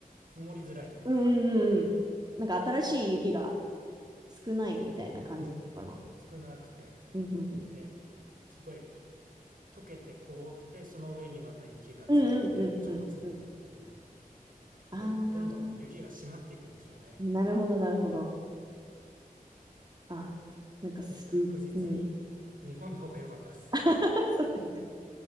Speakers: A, on the right; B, on the right.
A: 積もりづらいというか、
B: ううんうんうんうん。なんか新しい雪が少ないみたいな感じなのかな。
A: うん、少なくて、
B: うん、うん、
A: で、すごい溶けて凍って、その上にまた雪が積もって、
B: うん。うん。うんうんうんうんうん。
A: ちょっと積もってっていうので、
B: あ
A: どんどん雪が締まっていくんでしょうね。
B: あ、なるほど、なるほど。あ、なんかす、
A: で、確実に
B: うん。
A: 日本の方が良かったです。
B: <laughs> そうですか。